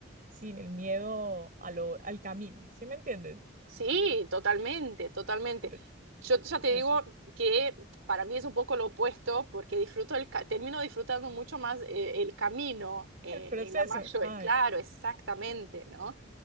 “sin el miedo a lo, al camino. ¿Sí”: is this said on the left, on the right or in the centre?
Right